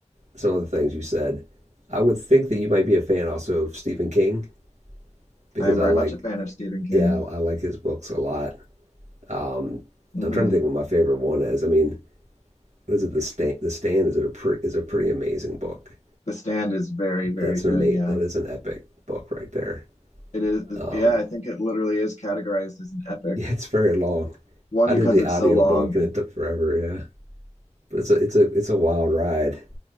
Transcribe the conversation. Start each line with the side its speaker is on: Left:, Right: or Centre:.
Right: some of the things you said, I would think that you might be a fan also of Stephen King because
Left: I am
Right: I
Left: very
Right: like
Left: much a fan of Stephen King.
Right: yeah I, I like his books a lot. Um,
Left: hmm
Right: I'm trying to think what my favorite one is. I mean, what is it? The Stand. The Stand is it a pre- is a pretty amazing book.
Left: The Stand is very, very
Right: that's
Left: good.
Right: an mate.
Left: Yeah,
Right: That is an epic book right there.
Left: it is.
Right: Um,
Left: Yeah, I think it literally is categorized as an
Right: <laughs>
Left: epic.
Right: yeah, it's very long.
Left: One
Right: I
Left: because
Right: did the
Left: it's
Right: audiobook
Left: so long,
Right: and
Left: and
Right: it took forever. Yeah, but it's a it's a it's a wild ride